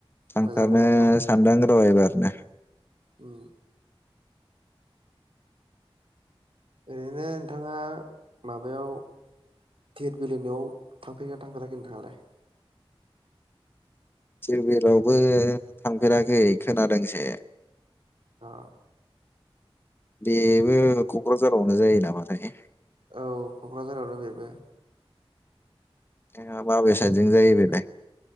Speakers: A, on the left (about 20°); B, on the right (about 65°).
A: थांथारनो
B: मोजां मोजां
A: सानदों र' एबारनो
B: औ ओरैनो नोंथाङा माबायाव दिरबिलहोनायाव थांफेरगोना थांफेराखै नोंथाङालाय?
A: दिरबिलावबो थांफेराखै खोनादोंसो
B: आ
A: बेबो कक्राझारावनो जायो नामाथाय
B: औ कक्राझारावनो बेबो
A: ए माबे साइथजों जायो बेलाय